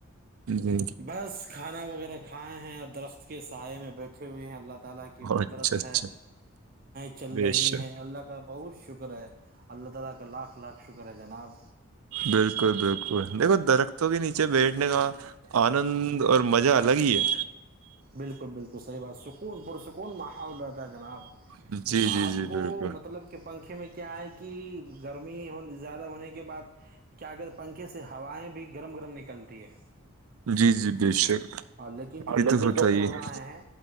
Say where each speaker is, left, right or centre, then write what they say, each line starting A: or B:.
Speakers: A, on the right (about 85°); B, on the right (about 40°).
A: جی
B: بس کھانا وغیرہ کھائے ہیں اور درخت کے سائے میں بیٹھے ہوئے ہیں اللہ تعالی کی
A: اچھا
B: قدرت
A: اچھا
B: ہے چل
A: بے
B: رہی
A: شک
B: ہے اللہ کا بہت شکر ہے اللہ تعالی کا لاکھ لاکھ شکر ہے جناب
A: بالکل بالکل
B: جی
A: دیکھو درخت تو بھی نیچے بیٹھنے کا آنند اور مزہ الگ ہی ہے
B: بالکل بالکل صحیح بات سکون پرسکون ماحول رہتا ہے جناب
A: جی
B: آپ
A: جی جی
B: کو
A: بالکل
B: مطلب کہ پنکھے میں کیا ہے کہ گرمی ہو زیادہ ہونے کے بعد کیا کرگر پنکھے سے ہوائیں بھی گرم گرم نکلتی ہے
A: جی جی بے شک
B: ہاں لیکن جو
A: یہ
B: قدرتی
A: تو ہوتا ہی
B: ہوائیں
A: ہے
B: ہیں